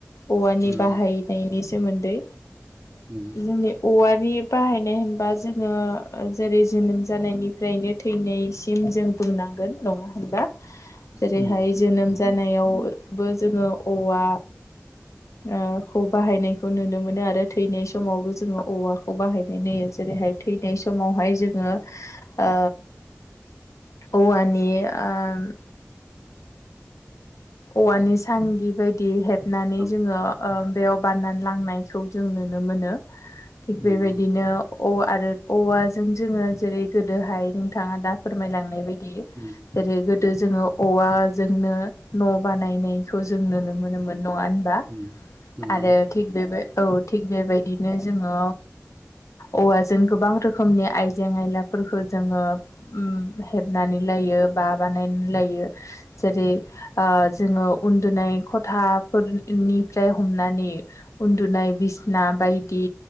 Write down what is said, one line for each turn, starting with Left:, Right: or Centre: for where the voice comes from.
Left: औवानि
Right: उम
Left: बाहायनायनि सोमोन्दै
Right: उम
Left: जोंनि ओ औवानि बाहायनाय होनबा जोङो जेरै जोनोम जानायनिफ्रायनो थैनायसिम जों बुंनांगोन नङा होनबा जेरैहाय
Right: उम
Left: जोनोम जानायावबो
Right: उम
Left: जोङो औवा ओ खौ बाहायनायखौ नुनो मोनो आरो थैनाय समावबो जोङो औवाखौ बाहायनाय नुयो जेरैहाय थैनाय समावहाय जोङो ओ औवानि ओम औवानि सांगि बायदि हेबनानै
Right: औ
Left: जोङो ओ बेयाव बाननानै लांनायखौ जों नुनो मोनो थिग
Right: नंगौ
Left: बेबायदिनो औ आरो औवाजों जोङो जेरै गोदोहाय नोंथाङा दा फोरमायलांनाय बायदि दि
Right: उम
Left: जेरै गोदो जोङो औवाजोंनो न' बानायनायखौ जों नुनो मोनोमोन न'आ होनबा
Right: उम नंगौ
Left: आरो थिग बेबो औ थिग बेबायदिनो जोङो औवाजों गोबां रोखोमनि आइजें आयलाफोर फोरखो जोङोओम हेबनानै लायो बा बानायनानै लायो जेरै ओ जोङो उन्दुनाय खथाफोरनिफ्राय हमनानै उन्दुनाय बि बिसिना बायदि